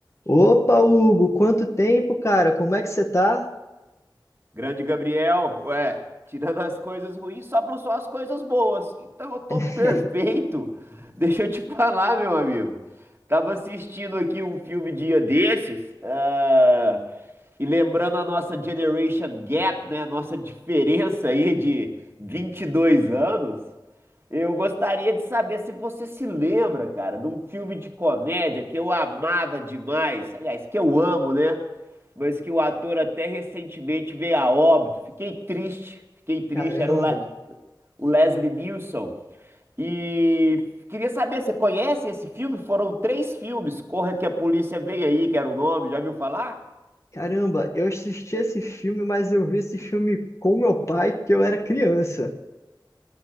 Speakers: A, on the left (about 35°); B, on the right (about 30°).
A: Opa, Hugo, quanto tempo, cara? Como é que você tá?
B: Grande Gabriel, ué, tirando as coisas ruins, sobram só as coisas boas. Então eu tô
A: <laughs>
B: perfeito. <laughs> Deixa eu te <laughs> falar, meu amigo. Tava assistindo aqui um filme dia desses, ah, e lembrando a nossa generation gap, né? a Nossa diferença aí de 22 anos. Eu gostaria de saber se você se lembra, cara, de um filme de comédia que eu amava demais. Aliás, que eu amo, né? mas que o ator até recentemente veio a óbito. Fiquei triste, fiquei triste.
A: Caramba,
B: Era o, Le- o Leslie Nielsen. E queria saber, você conhece esse filme? Foram três filmes. Corra que a polícia vem aí, que era o nome. Já viu falar?
A: caramba, eu assisti esse filme, mas eu vi esse filme com meu pai que eu era criança.